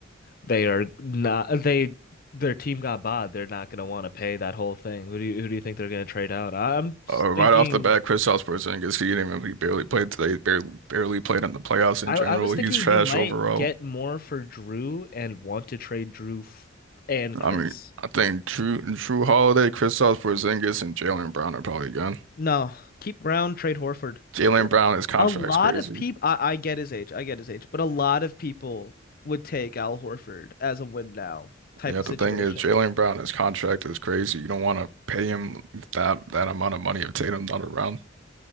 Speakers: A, on the left; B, on the right.
A: they are not they their team got bought. They're not gonna want to pay that whole thing. Who do you who do you think they're gonna trade out? I'm s-
B: Uh, right
A: thinking.
B: off the bat, Kristaps Porzingis, he didn't even he barely played today. Barely, barely played in the playoffs
A: I
B: in general.
A: I was thinking
B: He's trash
A: you might
B: overall.
A: get more for Drew and want to trade Drew f and Chris.
B: I mean, I think Drew Drew Holiday, Kristaps Porzingis, and Jalen Brown are probably gone.
A: No, keep Brown, trade Horford.
B: Jalen
A: Or-
B: Brown, his contract's
A: A lot
B: crazy.
A: of people, I, I get his age, I get his age, but a lot of people would take Al Horford as a win now type
B: Yeah,
A: of
B: the
A: situation.
B: thing is, Jalen Brown, his contract is crazy. You don't want to pay him that that amount of money if Tatum's not around.